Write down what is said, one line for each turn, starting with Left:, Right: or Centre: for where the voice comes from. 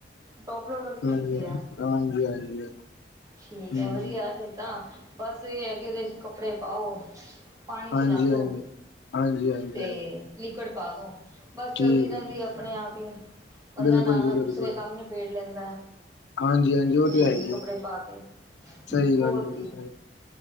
Right: ਟੋਪਫੋਰ ਵਾਲੀ ਦੇਖੀ
Left: ਹਾਂਜੀ
Right: ਆ।
Left: ਹਾਂਜੀ ਹਾਂਜੀ ਹਾਂਜੀ
Right: ਠੀਕ
Left: ਹਮ
Right: ਆ ਵਦੀਆ ਫੇਰ ਤਾਂ। ਬਸ ਇਹ ਹੈ ਕਿ ਉਹਦੇ ਚੇ ਕੱਪੜੇ ਪਾਓ। ਪਾਣੀ
Left: ਹਾਂਜੀ
Right: ਚਲਾ ਦੋ।
Left: ਹਾਂਜੀ ਹਾਂਜੀ ਹਾਂਜੀ
Right: ਤੇ
Left: ਹਾਂਜੀ
Right: ਲਿਕੁਡ ਪਾ ਦੋ, ਬਸ ਚਲਦੀ
Left: ਠੀਕ
Right: ਰਹਿੰਦੀ
Left: ਹੈ
Right: ਆਪਣੇ ਆਪ ਹੀ, ਬੰਦਾ
Left: ਬਿਲਕੁਲ
Right: ਨਾਲ-
Left: ਜੀ
Right: ਨਾਲ
Left: ਬਿਲਕੁਲ
Right: ਦੂਸਰੇ ਕੰਮ ਨਬੇੜ ਲੈਂਦਾ।
Left: ਹਾਂਜੀ ਹਾਂਜੀ ਉਹ
Right: ਮਸ਼ੀਨ
Left: ਤੇ ਹੈ ਹੀ
Right: ਚ' ਕੱਪੜੇ
Left: ਹੈ
Right: ਪਾ ਕੇ।
Left: ਸਹੀ
Right: ਹੋਰ
Left: ਗੱਲ ਹੈ
Right: ਕੀ
Left: ਜੀ ਸਹੀ